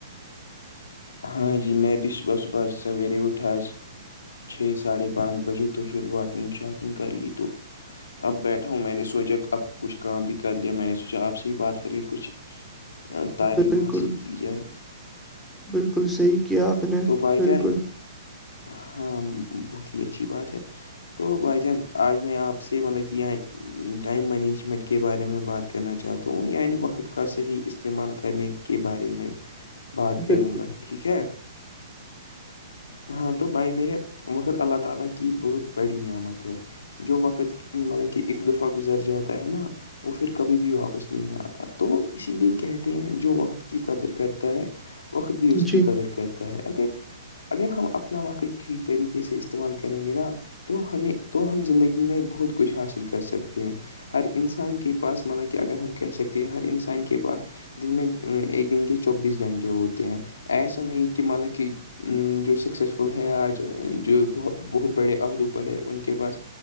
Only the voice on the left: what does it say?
ہاں جی میں بھی صبح صبح سویرے اٹھاج چھ ساڑھے پانچ بجے تو پھر واکنگ شاکنگ کر لی تو اب بیٹھا ہوں میں نے سوچا اب کچھ کام بھی کر لیا میں نے سوچا آپ سے ہی بات کری کچھ تعلیم
حاصل کی جائے
تو بھائی
جان ہاں بہت ہی اچھی بات ہے تو بھائی جان آج میں آپ سے مطلب کہ یہاں ٹائم مینجمنٹ کے بارے میں بات کرنا چاہتا ہوں یعنی وقت کا صحیح استعمال کرنے کے بارے میں بات کروں
گا ٹھیک ہے ہاں تو بھائی میرے وقت اللہ تعالی کی بہت بڑی نعمت ہے جو وقت مطلب کہ ایک دفعہ گزر جاتا ہے نا وہ پھر کبھی بھی واپس نہیں آتا تو اسی لیے کہتے ہیں جو وقت کی قدر کرتا ہے وقت بھی اس
کی قدر کرتا ہے اگر اگر ہم اپنا وقت ٹھیک طریقے سے استعمال کریں گے نا تو ہمیں تو ہم زندگی میں بہت کچھ حاصل کر سکتے ہیں ہر انسان کے پاس مطلب کہ اگر ہم کہہ سکتے ہیں ہر انسان کے پاس دن میں ایک دن کے چوبیس گھنٹے ہوتے ہیں ایسا نہیں کہ مطلب کہ جو سکسیزفل ہیں آج جو بت بہت بڑے عہدوں پر ہے ان کے پاس